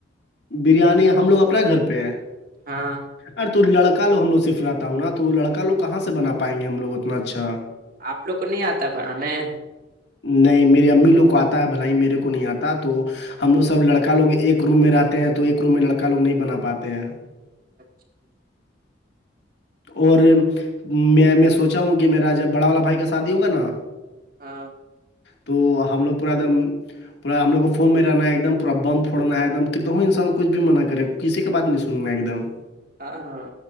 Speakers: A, on the left; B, on the right.
A: بریانی ہم لوگ اپنے گھر پہ ہیں
B: ہاں <unintelligible>
A: ار تو لڑکا لوگ لوگ سفاتا ہوں نا تو لڑکا لو کہاں سے بنا پائیں گے ہم لوگ اتنا اچھا
B: آپ لوگ کو نہیں آتا بڑ میں
A: نہیں میری امی لوگ کو آتا ہے بھل ہی میرے کو نہیں آتا تو ہم لوگ سب لڑکا لوگ ایک روم میں رہتے ہیں تو ایک روم میں لڑکا لو نہیں بنا پاتے ہیں
B: اچھا <unintelligible>
A: اور میں میں سوچا ہوں کہ میرا جب بڑا والا بھائی کا شادی ہوگا نا
B: ہاں
A: تو ہم لوگ پورا ایک دم پورا ہم لوگ کو فون میں رہنا ہے ایک د پورا بم پھڑنا ہے ایکم ک تووں انسان کچھ بھی منع کرے کسی کا بات نہیں سننا ایک دم <unintelligible>
B: ہاں ہاں